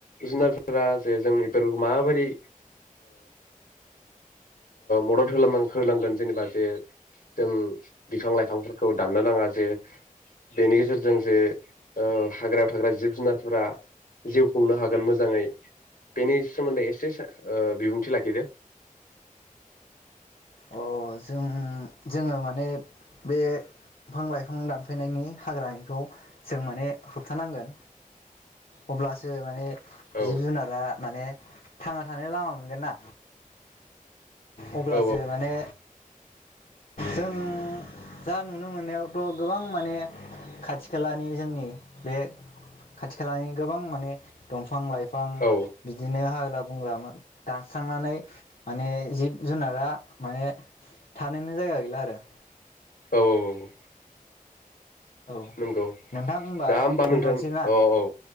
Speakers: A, on the left (about 80°); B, on the left (about 65°).
A: जुनारफोरा जे जों बेफोर माबायदि मदद होलां होलांगोन जेनेबा जे जों बिफां लाइफांफोरखौ दाननो नाङा जे बेनि गेजेरजों जे हाग्रायाव थाग्रा जिब जुनारफोरा जिउ खुंनो हागोन मोजाङै बेनि सोमोन्दै एसे बिबुंथि लाखिदो
B: अ जों जोङो माने बे दंफां लाइफां दानफायनायनि हाग्रानिखौ जों माने होबथानांगोन अब्लासो माने
A: औ
B: जिब जुनारा माने थांना थानायनि लामा मोनगोन ना अब्ला
A: औ
B: माने जों जा नुनो मोननायावथ' गोबां माने खाथि खालानि जोंनि बे खाथि खालानि गोबां माने दंफां लाइफां बिफां
A: औ
B: बिदिनो हाग्रा बुंग्रामोन दानस्रांनानै माने जिब जुनारा माने थानोनो जायगा गैला आरो
A: औ औ
B: औ
A: नंगौ
B: नोंथां
A: दा होमबा
B: दोनथ'नोसै
A: नोंथां
B: ना
A: औ औ